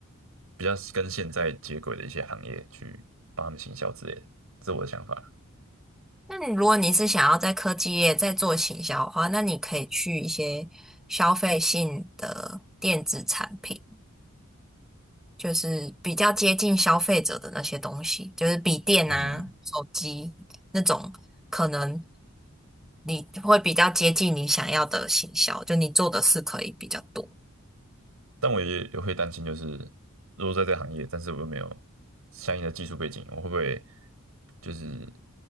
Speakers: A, on the right; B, in the centre.
A: 比较跟现在接轨的一些行业去帮他们行销之类的，这是我的想法。
B: 那你如果你是想要在科技业再做行销的话，那你可以去一些消费性的电子产品，就是比较接近消费者的那些东西，就是笔电啊、
A: 嗯，
B: 手机那种，可能你会比较接近你想要的行销，就你做的事可以比较多。
A: 但我也也会担心，就是如果在这个行业，但是我又没有相应的技术背景，我会不会就是